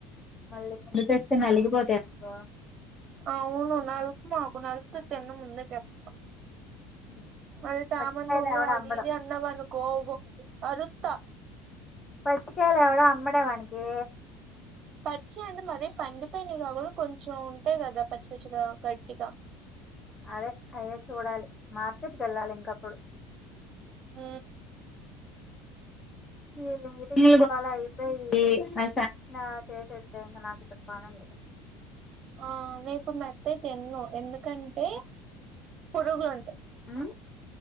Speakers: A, on the left; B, on the right.
A: ను తెస్తే నలిగిపోతాయ్ అనుకో
B: ఆవును నలప్మాకు నలుపుతె తిన్ను ముందే చెప్తన్న
A: ఉమ్,
B: అది త్యమన్
A: పచ్చికాయలు
B: నువ్వు
A: ఎవడ
B: గాడు
A: అమ్మడం
B: నేనే అన్ న్నవనుకో గొ అరుత్తా
A: పచ్చికాయిల్ ఎవడు అమ్మడు వానికీ
B: పచ్చి అంటే మరీ పండిపోయినయ్ కాకుండ కొంచెం ఉంటయి గదా పచ్చి పచ్చిగా గట్టిగా
A: అదే అయ్యె చూడాలి మార్కెట్కెళ్ళాలి ఇంకప్పుడు
B: ఊ
A: ఈ టీ గోల అయిపోయి శాంక్షన్ చేసేస్తే ఇంగ నాకు చెప్పాలి అంది
B: ఆ నే పు మెత్తయి తిన్ను ఎందుకంటే పొరుగులుంటయ్
A: మ్